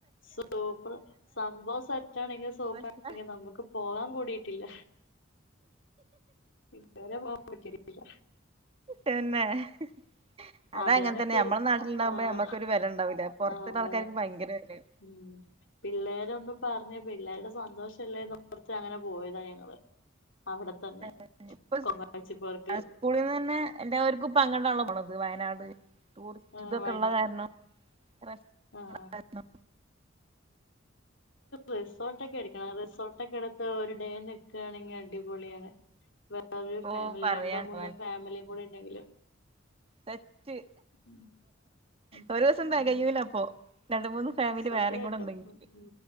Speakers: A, on the left; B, on the right.
A: സൂപ്പർ സംഭവം സെറ്റാണെങ്കിൽ സൂപ്പർ
B: പ്രശ്നം
A: ആങ്ക <unintelligible> നമുക്ക് പോകാൻ കൂടിട്ടില്ല ഇതുവരെ പോകാൻ പറ്റീട്ടില്ല
B: തന്നെ ഹ അത്
A: അതന്നെ
B: അങ്ങനെ തന്നെ
A: പിള്ള
B: നമ്മളെ നാട്ടിലുണ്ടാകുമ്പോ
A: ആഹ്
B: ഞമ്മക്കൊരു വെല ഉണ്ടാവൂല്ല പൊറത്തുള്ള
A: ആഹ് അതെ
B: ആൾക്കാർക്ക്
A: അതെ
B: ഭയങ്കര വെലാണ്
A: ഉം പിള്ളേരൊന്ന് പറഞ്ഞ് പിള്ളേരുടെ സന്തോഷംല്ലേന്നോർത്ത് അങ്ങനെ പോയതാ ഞങ്ങള് അവിടെ തന്നെ
B: <unintelligible> ഇപ്പൊ
A: പാച്ചിപ്പാർക്കില്
B: സ്കൂളിൽ നിന്ന് തന്നെ എല്ലാവർക്കും ഇപ്പ അങ്ങട്ടാണല്ലോ പോണത് വയനാട് ടൂറിസ്റ്റ്
A: ആഹ്
B: ഇതൊക്കെ
A: വയനാട്
B: ഉള്ള കാരണം <unintelligible>
A: ആഹ് റിസോർട്ട് ഒക്കെ എടുക്കണം റിസോർട്ട ഒക്കെ എടുത്ത് ഇപ്പം ഒരു ഡേ നിൽക്കുകയാണെങ്കി അടിപൊളിയാണ് വേറൊരു
B: ഓ
A: ഫാമിലി
B: പറയാണ്ടോ
A: രണ്ടോ മൂന്നോ ഫാമിലിയും കൂടി ഉണ്ടെങ്കിലും
B: സെറ്റ്
A: ഉം ഉം
B: ഒരു ദിവസം തെകയ്യൂല അപ്പൊ രണ്ട് മൂന്ന് ഫാമിലി
A: സത്യായിട്ടും
B: വേറെയും കൂടെ ഉണ്ടെങ്കിൽ
A: ഉം